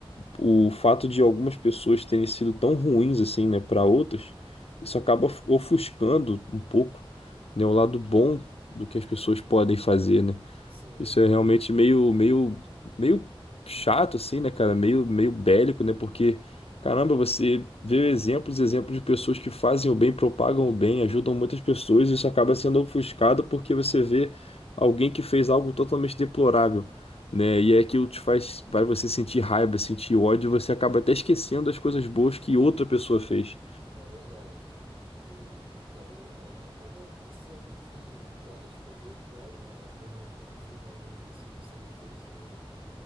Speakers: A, on the left; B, on the right.
A: o fato de algumas pessoas terem sido tão ruins assim, né, para outras, isso acaba ofuscando um pouco, né, o lado bom do que as pessoas podem fazer, né?
B: Sim,
A: Isso é realmente meio, meio, meio chato, assim, né, cara? Meio, meio bélico, né? Porque, caramba, você vê exemplos, exemplos de pessoas que fazem o bem, propagam o bem, ajudam muitas pessoas, e isso acaba sendo ofuscado porque você vê alguém que fez algo totalmente deplorável, né? E é aquilo que te faz, vai você sentir raiva, sentir ódio, e você acaba até esquecendo as coisas boas que outra pessoa fez.
B: é verdade. E então é- acaba sendo que para responder então né, a pergunta que eu fiz lá no início, que você me fez também,